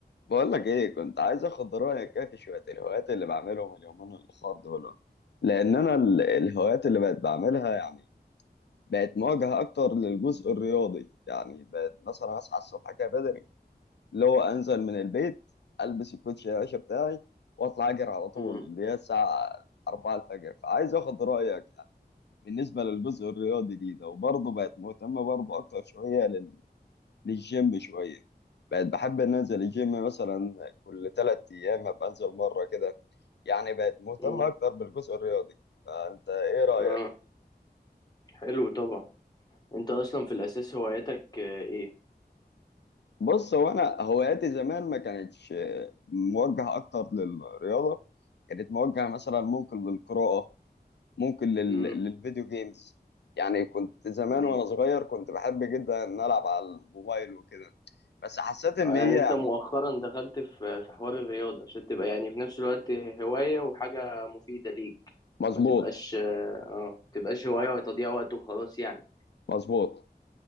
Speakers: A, on the left (about 85°); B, on the left (about 25°).
A: بقول لك ايه كنت عايز اخد رايك كده في شويه الهوايات اللي بعملهم اليومين الاخر دول لان انا ال- الهوايات اللي بقت بعملها يعني بقت مواجهه اكتر للجزء الرياضي يعني بقت مثلا اصحى الصبح كده بدري اللي هو انزل من البيت البس الكوتشي يا باشا بتاعي واطلع اجري على طول
B: مم.
A: اللي هي الساعه 4 الفجر فعايز اخد رايك يعني بالنسبه للجزء الرياضي دي ده وبرضه بقت مهتمه برضه اكتر شويه للجيم شوية بقيت بحب إن أنزل الجيم مثلا كل تلات أيام أبقى أنزل مرة كده يعني بقيت مهتم
B: مم.
A: أكتر بالجزء الرياضي فأنت إيه رأيك؟
B: اه حلو طبعا انت اصلا في الاساس هواياتك آه، ايه
A: بص هو أنا هواياتي زمان ما كانتش موجهة أكتر للرياضة كانت موجهة مثلا ممكن للقراءة ممكن لل...
B: مم.
A: للفيديو جيمز يعني كنت زمان
B: مم.
A: وأنا صغير كنت بحب جدا إن ألعب على الموبايل وكده بس حسيت إن
B: آه، يعني
A: هي
B: انت
A: يعني
B: مؤخرا دخلت في في حوار الرياضة عشان تبقى يعني في نفس الوقت هواية وحاجة مفيدة ليك
A: مظبوط
B: ما تبقاش اه آه، تبقاش هواية وتضييع وقت وخلاص يعني
A: مظبوط